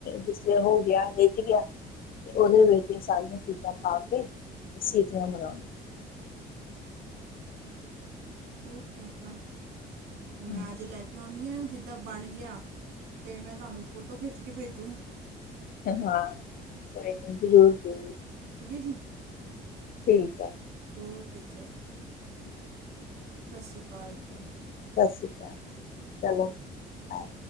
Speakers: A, on the left; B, on the right.
A: ਜਿਸਲੇ ਹੋ ਗਿਆ ਰਿੱਝ ਗਿਆ ਓਹਦੇ ਵਿੱਚ ਏਹ ਸਾਰੀਆਂ ਚੀਜਾਂ ਪਾ ਕੇ ਸੀਟੀਆਂ ਮਰਾਣੀਆਂ
B: ਚਲ ਠੀਕ ਆ,
A: ਮਰਾਉਣੀਆਂ
B: ਮੈਂ ਅੱਜ ਲੈ ਕੇ ਆਉਣੀ ਹਾਂ ਜਿੱਦਾਂ ਬਣ ਗਿਆ ਫੇਰ ਮੈਂ ਤੁਹਾਨੂੰ ਫੋਟੋ ਖਿੱਚ ਕੇ ਭੇਜਿਆ??
A: ਹਾਂ ਕੋਈ ਨਾ ਜ਼ਰੂਰ ਜ਼ਰੂਰ
B: ਠੀਕ ਹੈ ਜੀ
A: ਠੀਕ ਐ
B: ਓਕੇ, ਚਲੋ। ਸਤਿ ਸ਼੍ਰੀ ਕਾਲ
A: ਸਤਿ ਸ਼੍ਰੀ ਅਕਾਲ, ਚਲੋ, ਬਾਯ